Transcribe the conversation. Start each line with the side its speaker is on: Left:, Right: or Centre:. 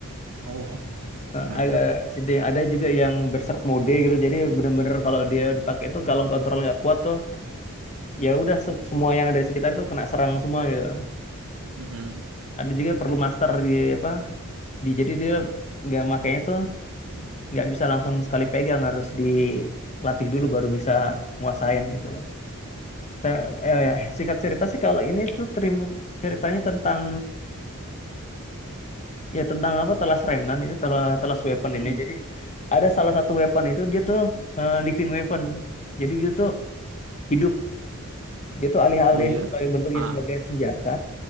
Right: Oh,
Left: eh,
Right: nah
Left: agak
Right: terus,
Left: sinting ada juga yang berserk mode gitu jadi bener-bener kalau dia dipakai itu kalau kontrol nggak kuat tuh ya udah se- semua yang ada di sekitar itu kena serang semua gitu
Right: mm-mm,
Left: ada juga yang perlu master di apa di jadi dia nggak makainya tuh nggak bisa langsung sekali pegang harus dilatih dulu baru bisa nguasain gitu Te- eh, eh, singkat cerita sih kalau ini tuh terima ceritanya tentang ya tentang apa telas remnant itu telas, telas weapon
Right: mm-mm.
Left: ini jadi ada salah satu weapon itu dia tuh eh, living weapon jadi dia tuh hidup dia tuh alih-alih
Right: Oh iya,
Left: sebagai bentuknya
Right: ah,
Left: sebagai senjata